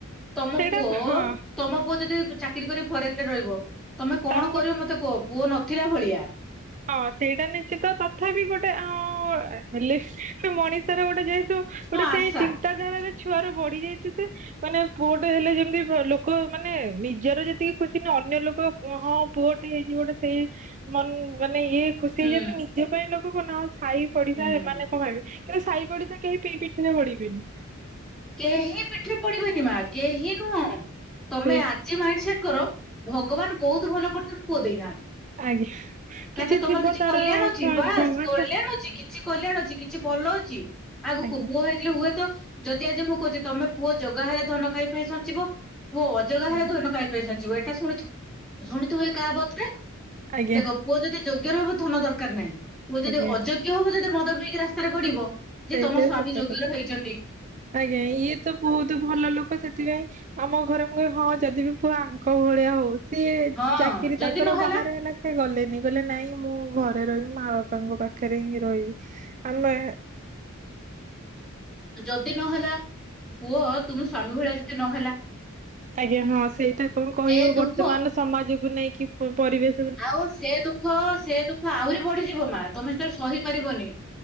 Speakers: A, in the centre; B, on the right.
A: ତମ
B: ସେଇଟା
A: ପୁଅ
B: ହଁ।
A: ତମ ପୁଅ ଯଦି ଚାକିରି କରିକି ଫରେନରେ ରହିବ ତମେ କଣ
B: ତାଙ୍କୁ
A: କରିବ ମତେ କୁହ ପୁଅ ନଥିଲା ଭଳିଆ।
B: ହଁ ସେଇଟା ନିଶ୍ଚିତ ତଥାପି ଗୋଟେ ଆ ଅଁ ହେଲେ ସେ ମଣିଷର ଗୋଟେ ଯେହେତୁ ଗୋଟେ
A: ହଁ ଆଶା।
B: ସେଇ ଚିନ୍ତାଧାରାରେ ଛୁଆରୁ ବଢି ଯାଇଚି ସେ। ମାନେ ପୁଅଟେ ହେଲେ ଯେମତି ଘ ଲୋକ ମାନେ ନିଜର ଯେତିକି ଖୁସି ନୁହଁ ଅନ୍ୟ ଲୋକ ହଁ ପୁଅଟେ ହେଇଛି ଗୋଟେ ସେଇ ମନ୍ ମାନେ ଇଏ ଖୁସି
A: ହୁଁ
B: ହେଇଯାଆନ୍ତି ନିଜ ପାଇଁ ଲୋକୁକୁ ନ ସାଇ ପଡିଶା
A: ହୁଁ
B: ଏମାନେ କଣ ହେବେ। କିନ୍ତୁ ସାଇ ପଡିଶା କେହି ପି ପିଠରେ ପଡିବେନି।
A: କେହି ପିଠିରେ ପଡିବେନି ମା କେହିି ନୁହଁ ତମେ
B: ସେଇ
A: ଆଜି ମାଇଣ୍ଡ୍ ସେଟ୍ କର ଭଗବାନ୍ ବୋହୁତ ଭଲ କରିଛନ୍ତି ପୁଅ ଦେଇନାହାନ୍ତି।
B: ଆଜ୍ଞା
A: କାହିଁ ନା ତମର
B: ଥିବ
A: କିଛି
B: ତାର
A: କଲ୍ୟାଣ ଅଛି
B: ଭଗବାନ
A: ବାସ୍ କଲ୍ୟାଣ ଅଛି କି ଛି କଲ୍ୟାଣ ଅଛି କିଛି ଭଲ ଅଛି ଆଗୁକୁ
B: ଆଜ୍ଞା
A: ପୁଅ ହେଇଥିଲେ ହୁଏତ ଯଦି ଆଜି ମୁଁ କହୁଛି ତମେ ପୁଅ ଯୋଗା ହେଲେ ଧନ କାହିଁ ପାଇଁ ସଞ୍ଚିବ ପୁଅ ଅ ଯୋଗା ହେଲେ
B: ଆଜ୍ଞା
A: ଧନ କାହିଁ ପାଇଁ ସିଞ୍ଚିବ ଏଟା ଶୁଣିଥି ଶୁଣିଥିବେ କାହାବତଟେ
B: ଆଜ୍ଞା
A: ଦେଖ ପୁଅ ଯଦି ଯୋଗ୍ୟର ହବ ଧନ ଦରକାର ନାହିଁ ପୁଅ ଯଦି
B: ଆଜ୍ଞା
A: ଅଯୋଗ୍ୟ ହବ ଯଦି ମଦ ପିଇକି ରାସ୍ତାରେ ଗଡିବ ଯେ
B: ସେଇଟା
A: ତମ ସ୍ଵାମୀ
B: ସତ
A: ଯୋଗ୍ୟର
B: କଥା।
A: ହେଇଚନ୍ତି
B: ଆଜ୍ଞା ଇଏ ତ ବୋହୁତୁ ଭଲ ଲୋକ ସେଥିପାଇଁ ଆମ ଘର ମୁଁ କଇବେ ହଁ ଯଦି ବି ପୁଅ ଆଙ୍କ ଭଳିଆ ହଉ ସିଏ
A: ହଁ
B: ଚାକିରି
A: ଯଦି
B: ତାଙ୍କର
A: ନହେଲା
B: ବାହାରେ ହେଲା ସି ସେ ଗଲେନି କହିଲେ ନାଇଁ ମୁଁ ଘରେ ରହିବି ମା ବାପାଙ୍କ ପାଖରେ ହିଁ ରହିବି ଆମେ <inaudible>
A: ଯଦି ନ ହେଲା ପୁଅ ତୁମ ସ୍ଵାମୀ ଭଳିଆ ଯଦି ନ ହେଲା?
B: ଆଜ୍ଞା ହଁ ସେଇଟା କଣ କହିବ
A: ସେ ଦୁଃଖ
B: ବର୍ତ୍ତମାନ ସମାଜକୁ ନେଇକି ପ ପରିବେଶ୍
A: ଆଉ ସେ ଦୁଃଖ ସେ ଦୁଃଖ ଆହୁରି ବଢିଯିବ ମା ତମେ ସେତେବେଳେ ସହିପାରିବନି।